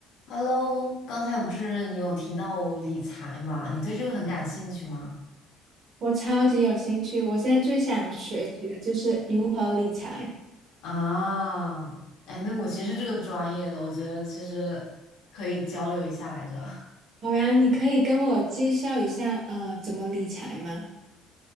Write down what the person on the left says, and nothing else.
Hello，刚才不是你有提到理财嘛？你对这个很感兴趣吗？
啊，哎，那我其实是这个专业的，我觉得其实可以交流一下来着。